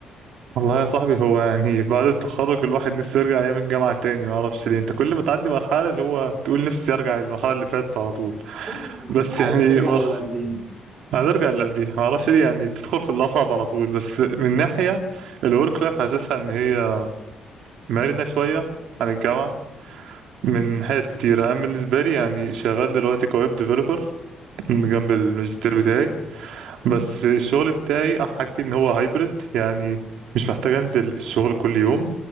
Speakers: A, on the right; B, on the right.
A: والله يا صاحبي هو يعني بعد التخرج الواحد نفسه يرجع ايام الجامعه تاني ما اعرفش ليه انت كل ما تعدي مرحله اللي هو تقول نفسي ارجع للمرحله اللي فاتت على طول
B: <laughs>
A: بس
B: عايز
A: يعني
B: ترجع
A: مرحله
B: للي قبلها
A: هنرجع اللي قبليها ما اعرفش ليه يعني تدخل في الاصعب على طول بس من ناحيه الورك لايف حاسسها ان هي مرنه شويه عن الجامعه من حاجات كتيرة أنا بالنسبة لي يعني شغال دلوقتي كويب ديفلوبر جنب الماجستير بتاعي بس الشغل بتاعي أحلى حاجة فيه إن هو هايبرد يعني مش محتاج أنزل الشغل كل يوم